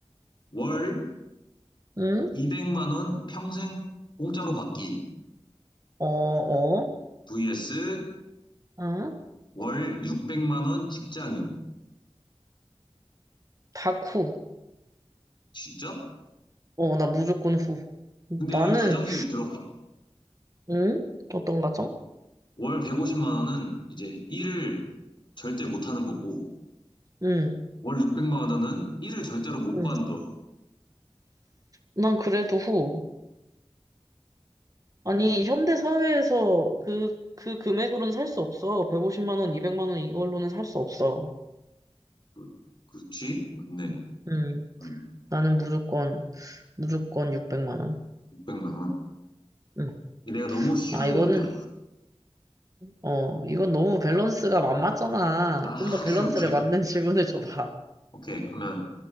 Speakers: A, on the left; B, on the right.
A: 월
B: 응?
A: 200만 원 평생 공짜로 받기
B: 어, 어,
A: vs
B: 응?
A: 월 600만 원 직장인.
B: 다쿠.
A: 진짜?
B: 어, 나 무조건 후. 나는,
A: 근데 여기 가정이 들어가.
B: 응? 어떤 가정?
A: 월 150만 원은 이제 일을 절대 못 하는 거고
B: 응,
A: 월 600만 원은 일을 절대로 못
B: 응.
A: 관둬.
B: 난 그래도 후. 아니, 현대 사회에서 그, 그 금액으로는 살 수 없어. 150만 원, 200만 원 이걸로는 살 수 없어.
A: 그- 그렇지? 맞네.
B: 응, 응.
A: 음,
B: 나는 무조건, 무조건 600만 원.
A: 600만 원.
B: 응.
A: 내가 너무 쉬운
B: 아, 이거는,
A: 걸.
B: 어, 이건 너무 밸런스가 안 맞잖아.
A: 아, <laughs>
B: 좀 더 밸런스를
A: 오케이, 오케이.
B: 맞는 <laughs> 질문을 줘봐.
A: 오케이. 그러면